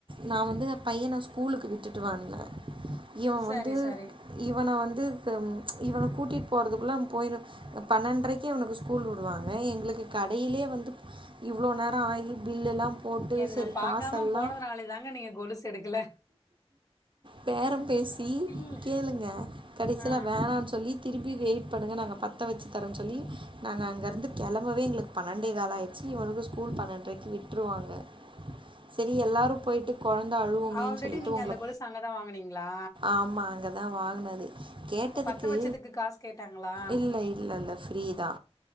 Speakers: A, on the right (about 50°); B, on the left (about 30°).
A: நா வந்து என் பையன ஸ்கூலுக்கு விட்டுட்டு வந்த இவ
B: சரி
A: வந்து
B: சரி
A: இவன வந்து இவன கூட்டிட் போறதுக்குள்ள போய்ரு பன்னெண்ட்ரைக்கே இவ்னுக்கு ஸ்கூல் விடுவாங்க எங்குளுக்கு கடையிலே வந்து இவ்ளோ நேர ஆகி பில்லுலா போட்டு
B: என்ன
A: சரி
B: பாக்காம
A: காசெல்லா
B: போனதுனாலே தாங்க நீங்க கொலுசு எடுக்கல
A: பேரம் பேசி
B: இல்ல
A: கேளுங்க கடைசியில
B: ஆ
A: வேணான் சொல்லி திரும்பி வெயிட் பண்ணுங்க நாங்க பத்த வச்சு தரோன் சொல்லி நாங்க அங்க இருந்து கெளம்பவே எங்ளுக் பன்னெண்டே கால்லாயிச்சு இவனுக்கு ஸ்கூல் பன்னெண்ட்ரைக்கு விட்ருவாங்க
B: <inaudible>
A: செரி எல்லாரு போயிட்டு கொழந்த அழுவமேன்
B: ஆல்ரெடி
A: சொல்லிட்டு
B: நீங்க
A: உங்கள
B: அந்த கொலுசு அங்கதா வாங்குனீங்களா
A: ஆமா அங்க நா வாங்னது கேட்டதுக்கு
B: இப்ப பத்த வச்சதுக்கு காசு கேட்டாங்களா
A: இல்ல இல்ல இல்ல ஃப்ரீ தா